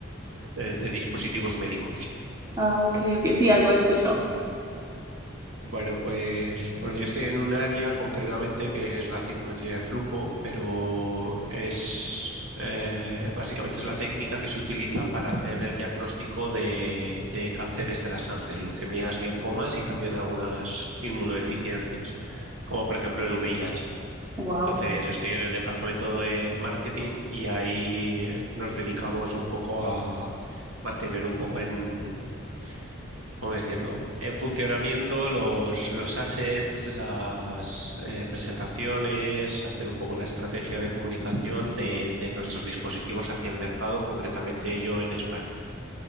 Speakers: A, on the right; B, on the right.
A: eh, de dispositivos médicos.
B: Ah, ok, ok, sí, algo he escuchado.
A: Bueno, pues bueno, yo estoy en un área concretamente que es la citometría de flujo, pero es eh, básicamente es la técnica que se utiliza para hacer el diagnóstico de, de cánceres de la sangre, leucemias, linfomas y también algunas inmunodeficiencias, como por ejemplo el VIH.
B: Wow,
A: Entonces, estoy en el departamento de marketing y ahí eh, nos dedicamos un poco a mantener un poco en ¿cómo decirlo? En funcionamiento, los, los assets, las eh, presentaciones, hacer un poco la estrategia de comunicación de, de nuestros dispositivos hacia el mercado, concretamente yo en España.